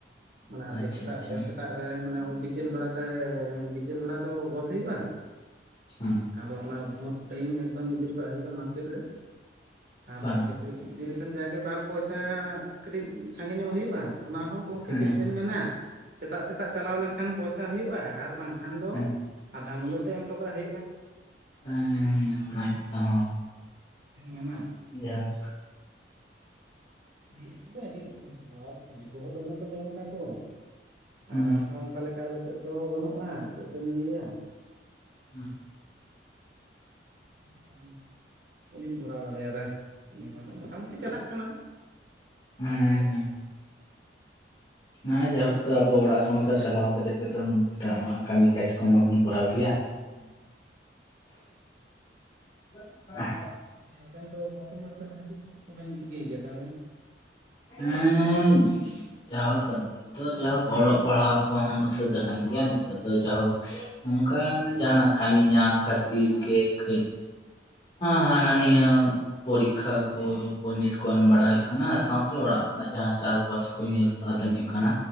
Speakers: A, on the right (about 60°); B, on the left (about 35°).
A: ᱢᱟᱱᱮ ᱟᱨᱠᱤ
B: ᱟᱪᱪᱷᱟ
A: ᱥᱮᱛᱟᱜ
B: ᱟᱪᱪᱷᱟ
A: ᱫᱚ ᱥᱮᱛᱟᱜ ᱢᱟᱱᱮ ᱵᱤᱠᱮᱞ ᱵᱮᱲᱟ ᱛᱮ ᱵᱤᱠᱮᱞ ᱵᱮᱲᱟ ᱫᱚ ᱜᱚᱫ ᱦᱩᱭᱩᱜᱼᱟ
B: ᱦᱮᱸ
A: ᱟᱫᱚ ᱚᱱᱟ ᱵᱷᱳᱴ ᱴᱟᱭᱤᱢ ᱮᱠᱫᱚᱢ ᱤᱫᱤ ᱦᱚᱴᱚᱠᱟᱜ ᱦᱩᱭᱩᱜᱼᱟ ᱢᱟᱨᱠᱮᱴ ᱨᱮ ᱟᱨ
B: ᱵᱟᱝ
A: ᱢᱟᱨᱠᱮᱴ ᱨᱮ ᱮᱱᱠᱷᱟᱱ ᱡᱟᱜᱮ ᱵᱟᱨ ᱯᱚᱭᱥᱟ ᱠᱟᱹᱴᱤᱡ ᱥᱟᱸᱜᱮ ᱧᱚᱜ ᱦᱩᱭᱩᱜᱼᱟ ᱚᱱᱟ ᱦᱚᱸ ᱜᱚᱢᱠᱮ
B: ᱦᱮᱸ
A: ᱪᱮᱫ ᱵᱮᱱ ᱢᱮᱱᱟ ᱥᱮᱛᱟᱜ ᱥᱮᱛᱟᱜ ᱪᱟᱞᱟᱣ ᱞᱮᱱᱠᱷᱟᱱ ᱯᱚᱭᱥᱟ ᱦᱩᱭᱩᱜᱼᱟ ᱟᱨ ᱵᱟᱝᱠᱷᱟᱱ ᱫᱚ
B: ᱦᱮᱸ
A: ᱟᱫᱷᱟ ᱢᱩᱞᱟᱹ ᱛᱮ ᱮᱢ ᱦᱚᱴᱚᱠᱟᱜ ᱦᱩᱭᱩᱜᱼᱟ
B: ᱦᱮᱸ ᱦᱮᱸ ᱚᱱᱟ ᱜᱮ ᱚ
A: ᱢᱮᱱᱟ
B: ᱡᱟᱠ
A: ᱟᱹᱰᱤ ᱩᱛᱟᱹᱨ ᱨᱮ ᱟᱹᱰᱤ ᱩᱛᱟᱹᱨ ᱠᱚ ᱟᱨ ᱛᱤᱡᱩ ᱠᱚᱦᱚᱸ ᱫᱚᱢᱮ ᱠᱚ ᱡᱚᱢ ᱮᱫᱟ ᱠᱚ
B: ᱦᱩᱸ
A: ᱟᱨ ᱨᱟᱱ ᱦᱚᱸ ᱚᱱᱠᱟ ᱞᱮᱠᱟ ᱟᱞᱮ ᱥᱮᱫ ᱫᱚ ᱵᱟᱹᱱᱩᱜᱼᱟ ᱪᱮᱫ ᱵᱮᱱ ᱞᱟᱹᱭᱟ
B: ᱦᱮᱸ
A: ᱦᱮ ᱵᱟᱹᱞᱤᱧ ᱠᱚᱨᱟᱣ ᱫᱟᱲᱮᱭᱟᱫᱟ ᱱᱚᱭᱟᱹ ᱫᱚ ᱢᱳᱴᱟᱢᱩᱴᱤ ᱪᱟᱞᱟᱜ ᱠᱟᱱᱟ
B: ᱦᱮᱸ ᱛᱚ ᱱᱚᱜ-ᱚᱭ ᱡᱟᱭ ᱦᱳᱠ ᱛᱳ ᱟᱵᱚ ᱚᱲᱟᱜ ᱥᱚᱝᱥᱟᱨ ᱪᱟᱞᱟᱣ ᱠᱟᱛᱮ ᱜᱮ
A: ᱪᱟᱞᱟᱣ
B: ᱛᱚ
A: ᱞᱮᱱᱠᱷᱟᱱ
B: ᱠᱟᱹᱢᱤ ᱠᱟᱡᱽ ᱠᱚ ᱢᱟᱵᱚᱱ ᱠᱚᱨᱟᱣ ᱜᱮᱭᱟ
A: ᱦᱮᱸ
B: <inaudible>
A: ᱟᱵᱮᱱ ᱫᱚ ᱵᱚᱨᱛᱚᱢᱟᱱ ᱨᱮ ᱛᱟᱦᱞᱮ ᱪᱮᱫ ᱠᱚᱵᱮᱱ ᱪᱤᱠᱟᱹᱭ ᱜᱮᱭᱟ ᱛᱟᱦᱚᱞᱮ
B: ᱦᱮᱸ ᱡᱟᱭᱦᱳᱠ ᱟᱨᱠᱤ ᱱᱤᱛᱚᱜ ᱡᱟᱦᱳᱠ ᱚᱞᱚᱜ ᱯᱟᱲᱦᱟᱣ ᱠᱚᱦᱚᱸ ᱥᱟᱹᱛ ᱟᱠᱟᱱ ᱜᱮᱭᱟ ᱱᱤᱛᱚᱜ ᱫᱚ ᱡᱟᱭᱦᱳᱠ ᱚᱱᱠᱟ ᱡᱟᱦᱟᱱᱟᱜ ᱠᱟᱹᱢᱤ ᱧᱟᱢ ᱠᱷᱟᱹᱛᱤᱨ ᱜᱮ ᱠᱟᱹᱡ
A: ᱦᱮᱸ
B: ᱦᱟᱱᱟ ᱱᱤᱭᱟᱹ ᱯᱚᱨᱤᱠᱠᱷᱟ ᱠᱚ ᱵᱤᱱᱮᱴ ᱠᱚ ᱮᱢ ᱵᱟᱲᱟ ᱦᱩᱭᱩᱜ ᱠᱟᱱᱟ ᱥᱟᱶᱛᱮ ᱚᱲᱟᱜ ᱨᱮᱱᱟᱜ ᱡᱟᱦᱟᱸ ᱪᱟᱥ ᱵᱟᱥ ᱠᱚ ᱧᱮᱞ ᱠᱟᱛᱮᱫ ᱦᱩᱭᱩᱜ ᱠᱟᱱᱟ